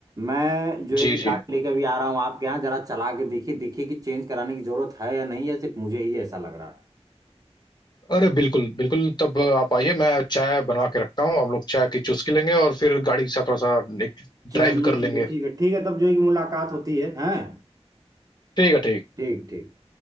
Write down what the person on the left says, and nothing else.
जी
जी
अरे बिल्कुल बिल्कुल तब आप आइए मैं चाय बनवा के रखता हूँ हम लोग चाय की चुस्की लेंगे और फिर गाड़ी के साथ थोड़ा सा
ड्राइव कर
लेंगे
ठीक है ठीक है